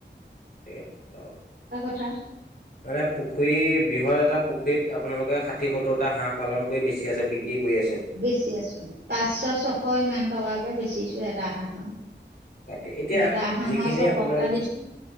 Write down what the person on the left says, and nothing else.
ঠিক আছে, অ'।
মানে পুখুৰী বৃহৎ এটা পুখুৰীত আপোনালোকে ষাঠি সত্তৰটা হাঁহ পালন কৰি বেছি আছে। বিক্ৰী কৰি আছে
তাকে, এতিয়া
যিখিনি
আপোনালোকে,